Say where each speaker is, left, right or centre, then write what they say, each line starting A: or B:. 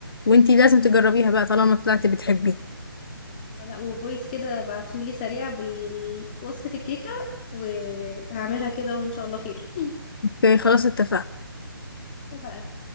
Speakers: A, on the left; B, on the left.
A: وانتي لازم تجربيها بقى طالما طلعتي بتحبيها
B: لا وفويس كده بعتهولي سريع بوصفة الكيكة وهعملها كده وان شاء الله خير
A: اوكي خلاص اتفقنا
B: اتفقنا